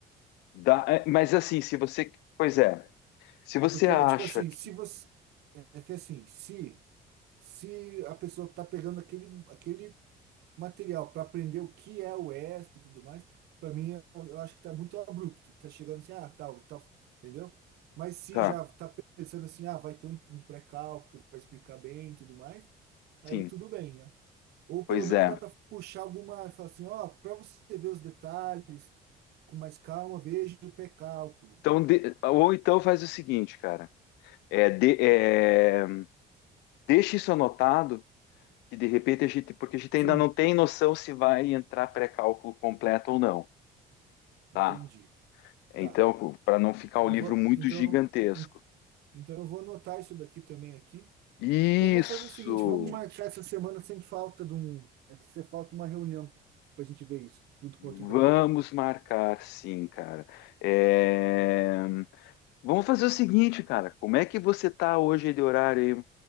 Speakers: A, on the left; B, on the right.
A: dá, é, mas assim, se você, pois é, se você
B: Porque
A: acha
B: tipo assim,
A: que,
B: se você é que assim, se se a pessoa está pegando aquele, aquele material para aprender o que é o ESP e tudo mais, para mim eu eu acho que está muito abrupto. Está chegando assim, ah, tal, tal, entendeu? Mas se
A: tá,
B: já está pensando assim, ah, vai ter um, um pré-cálculo, vai explicar bem e tudo mais, aí
A: sim,
B: tudo bem, né? Ou pelo
A: pois
B: menos
A: é.
B: dá para puxar alguma, falar assim, ó, para você ver os detalhes com mais calma, veja o pré-cálculo.
A: Então, de- ou então faz o seguinte, cara, é, de, é, deixa isso anotado, que de repente a gente, porque a gente
B: Sim,
A: ainda não tem noção se vai entrar pré-cálculo completo ou não, tá?
B: entendi.
A: Então,
B: Tá.
A: para não ficar o
B: Eu
A: livro
B: vou,
A: muito
B: então,
A: gigantesco.
B: en- então eu vou anotar isso daqui também aqui
A: Isso.
B: Então vamos fazer o seguinte, vamos marcar essa semana sem falta de um, essa falta uma reunião pra gente ver isso junto com outro
A: Vamos
B: brother.
A: marcar, sim, cara. É, Vamos fazer o seguinte, cara. Como é que você tá hoje de horário aí